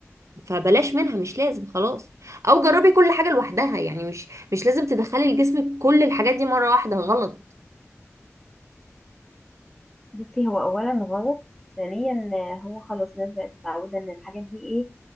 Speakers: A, on the right (about 75°); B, in the centre.
A: فبلاش منها مش لازم خلاص او جربي كل حاجه لوحدها يعني مش مش لازم تدخلي لجسمك كل الحاجات دي مره واحده غلط
B: بصي هو اولا غلط ثانيا آه، هو خلاص الناس بقت متعوده ان الحاجات دي ايه